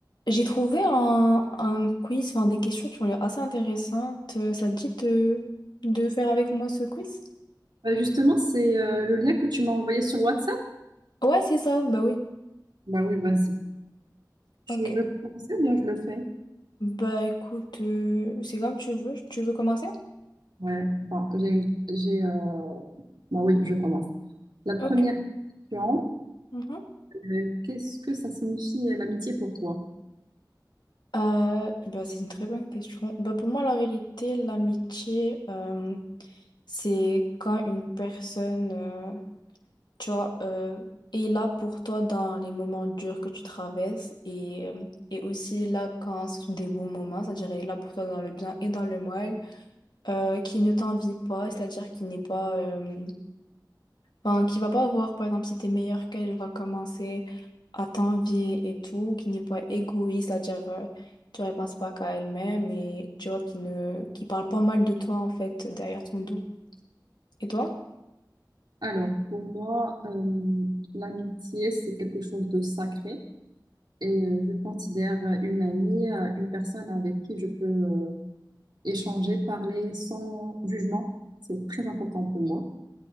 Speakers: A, on the left (about 75°); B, on the right (about 75°).
A: J'ai trouvé un, un quiz, enfin des questions qui ont l'air assez intéressantes. Euh, Ça te dit de, de faire avec moi ce quiz?
B: Bah, justement, c'est euh, le lien que tu m'as envoyé sur WhatsApp.
A: Ouais, c'est ça, bah oui.
B: Bah oui, vas-y. Tu
A: Ok.
B: veux commencer ou bien je le fais?
A: Bah écoute, euh, c'est comme tu veux. Tu veux commencer?
B: Ouais. Bon, j'ai une- j'ai, euh, bon, oui, je commence. La première
A: Ok.
B: question,
A: Mhm.
B: euh, qu'est-ce que ça signifie euh, l'amitié pour toi?
A: Euh, bah, c'est une très bonne question. Bah, pour moi, la vérité, l'amitié, euh, c'est quand une personne euh, tu vois, euh, est là pour toi dans les moments durs que tu traverses et, euh, et aussi là quand ce sont des beaux moments, c'est-à-dire elle est là pour toi dans le bien et dans le mal, euh, qui ne t'envie pas, c'est-à-dire qui n'est pas, euh, enfin, qui va pas voir, par exemple, si t'es meilleur qu'elle, elle va commencer à t'envier et tout, qui n'est pas égoïste, c'est-à-dire, euh, tu ne penses pas qu'à elle-même et tu vois, qui ne, qui parle pas mal de toi, en fait, derrière ton dos. Et toi?
B: Alors, pour moi, euh, l'amitié, c'est quelque chose de sacré et euh, je considère euh, une amie, euh, une personne avec qui je peux euh, échanger, parler sans jugement. C'est très important pour moi.